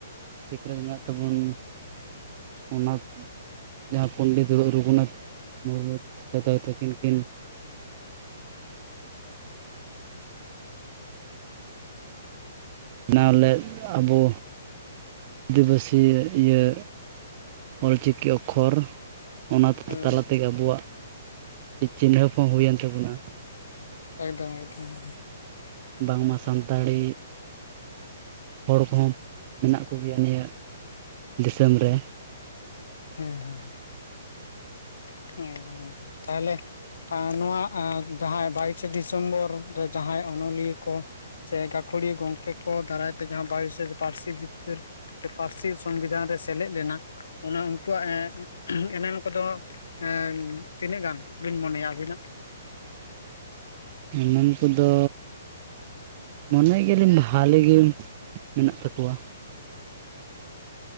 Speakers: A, on the right; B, on the left.
A: ᱥᱤᱠᱞᱚᱡᱽ ᱢᱮᱱᱟᱜ ᱛᱟᱵᱚᱱ ᱚᱱᱟ ᱡᱟᱦᱟᱸ ᱯᱚᱱᱰᱤᱛ ᱨᱚᱜᱷᱩᱱᱟᱛᱷ ᱢᱩᱨᱢᱩ ᱦᱟᱛᱟᱣ ᱛᱟᱹᱠᱤᱱ ᱠᱤᱱ ᱵᱮᱱᱟᱣ ᱞᱮᱫ ᱟᱵᱚ ᱟᱹᱫᱤᱵᱟᱹᱥᱤ ᱤᱭᱟᱹ ᱚᱞ ᱪᱤᱠᱤ ᱚᱠᱷᱚᱨ ᱚᱱᱟ
B: ᱦᱩᱸ
A: ᱛᱟᱞᱟ
B: ᱦᱩᱸ
A: ᱛᱮᱜᱮ ᱟᱵᱚᱣᱟᱜ ᱪᱤᱱᱦᱟᱹᱯ ᱦᱚᱸ ᱦᱩᱭᱮᱱ ᱛᱟᱵᱚᱱᱟ
B: ᱮᱠᱫᱚᱢ ᱮᱠᱫᱚᱢ ᱮᱠᱫᱚᱢ
A: ᱵᱟᱝᱢᱟ ᱥᱟᱱᱛᱟᱲᱤ ᱦᱚᱲ ᱠᱚᱦᱚᱸ ᱢᱮᱱᱟᱜ ᱠᱚ ᱜᱮᱭᱟ ᱱᱤᱭᱟᱹ ᱫᱤᱥᱚᱢ ᱨᱮ
B: ᱦᱮᱸ ᱦᱮᱸ ᱮᱠᱫᱚᱢ ᱮᱠᱫᱚᱢ ᱛᱟᱦᱞᱮ ᱱᱚᱣᱟ ᱡᱟᱦᱟ ᱵᱟᱭᱤᱥᱮ ᱰᱤᱥᱮᱢᱵᱚᱨ ᱨᱮ ᱡᱟᱦᱟᱸᱭ ᱚᱱᱚᱞᱤᱭᱟᱹ ᱠᱚ ᱥᱮ ᱜᱟᱹᱠᱷᱩᱲᱤ ᱜᱚᱢᱠᱮ ᱠᱚ ᱫᱟᱨᱟᱭ ᱛᱮ ᱡᱟᱦᱟᱸ ᱵᱟᱭᱤᱥᱮ ᱯᱟᱹᱨᱥᱤ ᱡᱤᱛᱠᱟᱹᱨ ᱥᱮ ᱯᱟᱹᱨᱥᱤ ᱥᱚᱝᱵᱤᱫᱷᱟᱱ ᱨᱮ ᱥᱮᱞᱮᱫ ᱞᱮᱱᱟ ᱚᱱᱟ ᱩᱱᱠᱩᱣᱟᱜ ᱮᱱᱮᱢ ᱠᱚᱫᱚ ᱮ ᱛᱤᱱᱟᱹᱜ ᱜᱟᱱ ᱵᱤᱱ ᱢᱚᱱᱮᱭᱟ ᱟᱵᱤᱱᱟᱜ
A: ᱮᱢᱟᱱ ᱠᱚᱫᱚ ᱢᱚᱱᱮ ᱜᱮᱭᱟᱞᱤᱧ ᱵᱷᱟᱹᱞᱤ ᱜᱮ ᱢᱮᱱᱟᱜ ᱛᱟᱠᱚᱣᱟ